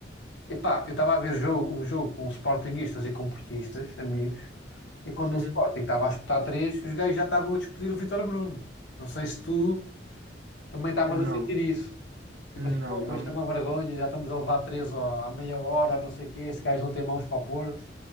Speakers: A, on the left; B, on the right.
A: Epá, eu estava a ver jogo, um jogo com sportinguistas e com portistas, amigos, e quando
B: Uhum.
A: o Sporting estava a espetar três, os gajos já estavam a despedir o Vítor Bruno. Não sei se tu também estavas
B: Não,
A: a sentir isso. Tipo
B: não,
A: assim, pô,
B: não,
A: isto
B: e-
A: é uma vergonha, já estamos a levar três ó, à meia hora, não sei o quê, este gajo não tem mãos para o Porto.